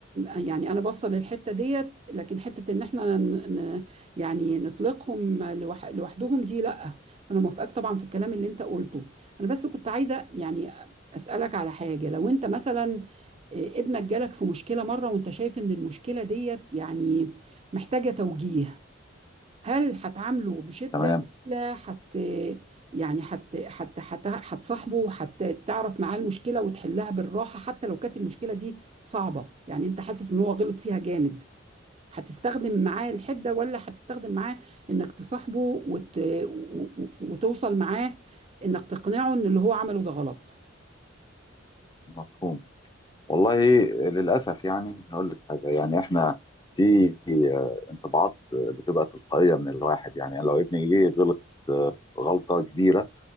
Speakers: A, on the right; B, on the left.
A: يعني انا باصه للحته ديت لكن حته ان احنا ن... ن... يعني نطلقهم لوح... لوحدهم دي لا وانا موافقاك طبعا في الكلام اللي انت قلته انا بس كنت عايزه يعني اسالك على حاجه لو انت مثلا آه، ابنك جالك في مشكله مره وانت شايف ان المشكله ديت يعني محتاجه توجيه هل هتعامله بشدة
B: تمام
A: ولا حت يعني حت حت حت هتصاحبه حتى تعرف معاه المشكلة وتحلها بالراحة حتى لو كانت المشكلة دي صعبة يعني انت حاسس ان هو غلط فيها جامد هتستخدم معاه الحدة ولا هتستخدم معاه انك تصاحبه وت... و- و- وتوصل معاه انك تقنعه ان اللي هو عمله ده غلط
B: مفهوم والله للأسف يعني هقول لك حاجة يعني احنا في آه، انطباعات بتبقى تلقائية من الواحد يعني لو ابني جه غلط آه، غلطة كبيرة